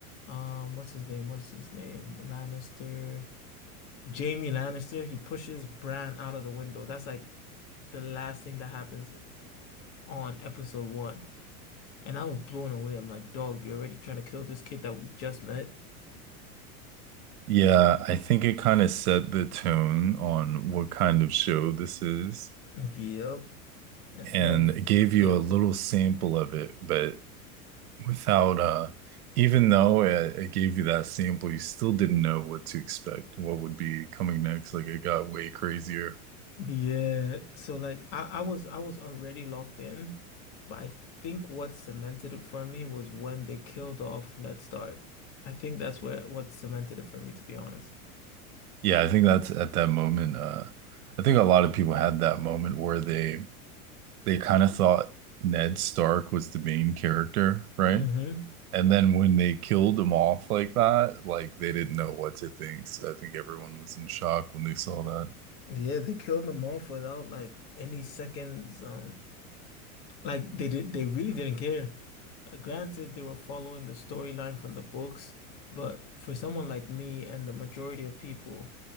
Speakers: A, on the left; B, on the right.
A: um, what's his name? What's his name? Lannister. Jamie Lannister, he pushes Bran out of the window. That's like the last thing that happens on episode one. And I was blown away. I'm like, dog, you're already trying to kill this kid that we just met.
B: Yeah, I think it kind of set the tone on what kind of show this is
A: Yep. And
B: and
A: then,
B: it gave you
A: yeah, continue.
B: a little sample of it, but without uh even though it, it gave you that sample, you still didn't know what to expect, what would be coming next. Like it got way crazier.
A: Yeah, so like I, I was I was already locked in, but I think what cemented it for me was when they killed off Ned Stark. I think that's where what cemented it for me, to be honest.
B: Yeah, I think that's at that moment. Uh, I think a lot of people had that moment where they they kind of thought Ned Stark was the main character, right?
A: hmm
B: And then when they killed him off like that, like they didn't know what to think. So I think everyone was in shock when they saw that.
A: Yeah, they killed them off without like any seconds. Um, like they did, they really didn't care. Uh, Granted, they were following the storyline from the books, but for someone like me and the majority of people.